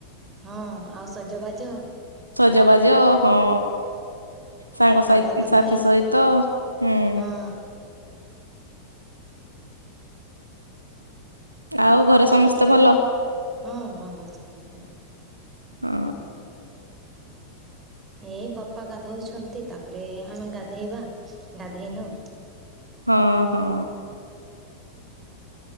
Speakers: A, on the right (about 20°); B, on the right (about 85°).
A: ହଁ ଆଉ ସଜବାଜ।
B: ସଜବାଜ ହଁ। ସାଙ୍ଗ ସହି
A: ଏଇଟା ତ
B: ସାଥି
A: ମେନ୍
B: ସହିତ, ହୁଁ।
A: ହଁ
B: ଆଉ ଘରେ ସମସ୍ତେ ଭଲ?
A: ହଁ ଭଲ ସମସ୍ତେ।
B: ହଁ
A: ଏଇ ବାପା ଗାଧଉଛନ୍ତି, ତାପରେ ଆମେ ଗାଧେଇବା ଗାଧେଇକି
B: ହଁ ହଁ।